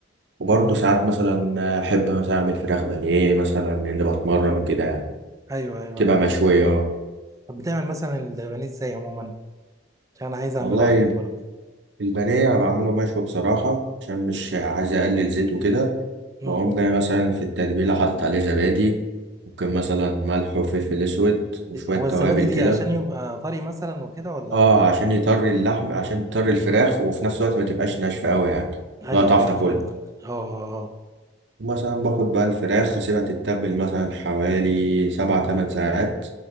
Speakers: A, on the right; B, on the right.
A: وبرضو
B: مم.
A: ساعات مثلا احب مثلا اعمل فراخ بانيه مثلا لان بتمرن وكده يعني.
B: ايوه ايوه
A: تبقى
B: ايوه
A: مشوية
B: طب بتعمل مثلا البانيه ازاي عموما عشان انا عايز اعمله
A: والله
B: عندي برضه
A: البانيه انا بعمله مشوي بصراحه عشان مش عايز اقلل زيت وكده
B: مم.
A: بقوم جاي مثلا في التتبيله حاطط عليه زبادي ممكن مثلا ملح وفلفل اسود وشويه
B: هو
A: توابل
B: الزبادي ليه
A: كده
B: عشان يبقى طري مثلا وكده ولا
A: اه
B: ولا-
A: عشان يطري اللحم عشان يطري الفراخ وفي نفس الوقت ما تبقاش ناشفه قوي يعني
B: ايوه
A: لا تعرف
B: ايوه
A: تاكلها
B: فهمتك اه اه اه
A: مثلا باخد بقى الفراخ اسيبها تتبل مثلا حوالي سبع تمن ساعات